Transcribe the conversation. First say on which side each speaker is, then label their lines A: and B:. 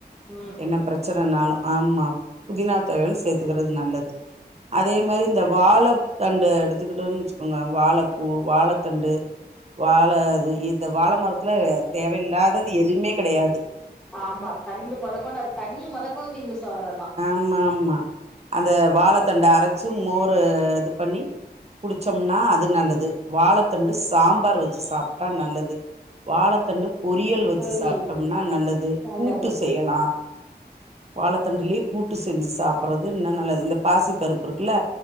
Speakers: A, in the centre; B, on the right.
A: ம்
B: என்ன
A: ம்
B: பிர பிரச்சனனாலு ஆமா புதினா தொவையல் சேத்துக்கறது நல்லது அதே மாரி இந்த வாழத்தண்டு எடுத்துகிட்டோனு வெச்சுக்கோங்க வாழப்பூ, வாழத்தண்டு வாழ அது இந்த வாழ மரத்துல தேவையில்லாதது எதுமே கெடையாது
A: ஆமா தண்டு முதக்கொண்டு அது தண்ணி முதக்கொண்டு யூஸ் ஆவறதா
B: ம் ஆமா அந்த வாழத்தண்ட அரச்சு மோர் ரு இது பண்ணி குடிச்சம்னா அது நல்லது வாழத்தண்டு சாம்பார் வெச்சு சாப்ட்டா நல்லது வாழத்தண்டு பொறியல் வெச்சு
A: பொரியல்
B: சாப்ட்டம்னா நல்லது
A: நல்லது
B: கூட்டு செய்யலா வாழத்தண்டுலயே கூட்டு செஞ்சு சாப்பறது இன்னு நல்லது இந்த பாசி பருப்பு இருக்கல்ல